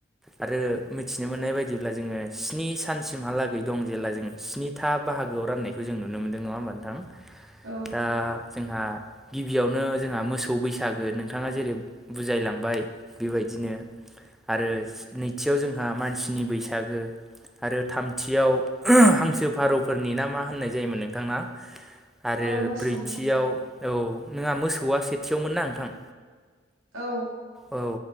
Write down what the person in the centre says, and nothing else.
आरो मिथिनो मोननाय बायदिब्ला जोङो स्नि सानसिमहालागै दं जेला जोङो स्निथा बाहागोआव राननायखौ जों नुनो मोन्दों नङा होमबा नोंथां?
दा जोंहा गिबियावनो जोंहा मोसौ बैसागो नोंथाङा जेरै बुजायलांबाय बेबादिनो। आरो नैथियाव जोंहा मानसिनि बैसागो आरो थामथियावो खौ हांसो फारौफोरनि ना मा होननाय जायोमोन नोंथां ना? आरो
ब्रैथियाव औ नोंङा मोसौआ सेथियावमोन ना नोंथां?
औ